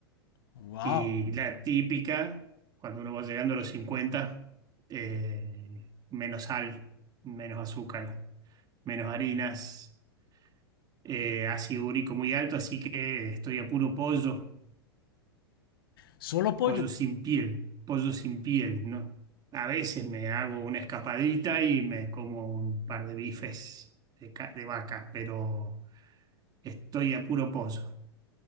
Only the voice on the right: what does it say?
Y la típica, cuando uno va llegando a los 50, eh, menos sal, menos azúcar, menos harinas, eh, ácido úrico muy alto, así que estoy a puro pollo.
pollo sin piel, pollo sin piel, ¿no? A veces me hago una escapadita y me como un par de bifes de, ca- de vaca, pero estoy a puro pollo.